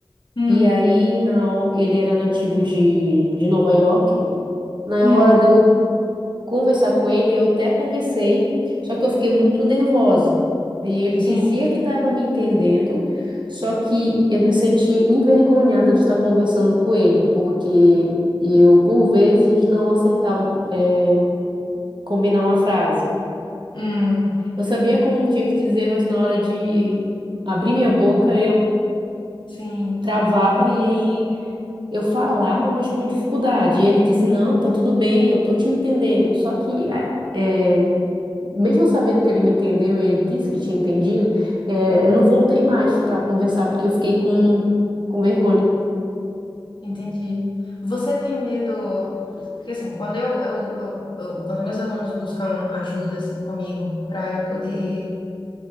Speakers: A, on the left; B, on the right.
A: Hum,
B: E aí na, ho- ele era nativo de, de Nova York. Na
A: hum,
B: hora de eu conversar com ele, eu até conversei, só que eu fiquei muito nervosa. E ele
A: sim,
B: dizia que estava me entendendo, só que eu me sentia envergonhada de estar conversando com ele, porque eu, por vezes, não acertava, eh, combinar uma frase.
A: hum,
B: Eu sabia como tinha que dizer, mas na hora de abrir minha boca eu
A: sim.
B: travava e aí eu falava, mas com dificuldade. E ele disse: Não, tá tudo bem, eu tô te entendendo. Só que, a- é, mesmo sabendo que ele me entendeu e ele disse que tinha entendido, é, eu não voltei mais para conversar porque eu fiquei com, com vergonha.
A: Entendi. Você tem medo? Porque assim, quando eu, eu, eu, eu- quando meus alunos buscam ajuda assim comigo para eu poder